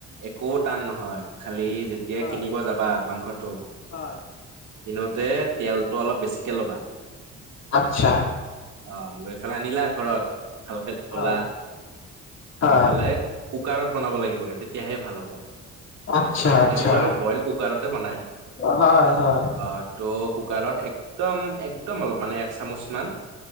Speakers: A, on the right (about 70°); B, on the left (about 60°).
A: একো টান নহয়। খালি যেতিয়াাই
B: হয়,
A: কিনিব যাবা মাংসটো
B: হয়।
A: কিনোতে তেলটো অলপ বেছিকে ল'বা
B: আচ্ছা।
A: অ' লৈ পেলাই আনিলা ঘৰত ভালকে তলা
B: হয়। হয়,
A: দুইফালে কুকাৰত বনাব লাগিব কি তেতিয়াহে ভাল হ'ব।
B: আচ্ছা,
A: এনেও
B: আচ্ছা,
A: বাৰু বইল কুকাৰতে বনাই
B: হয়, হয়।
A: আহ ত' কুকাৰত একদম একদম অলপ মানে এক চামুচমান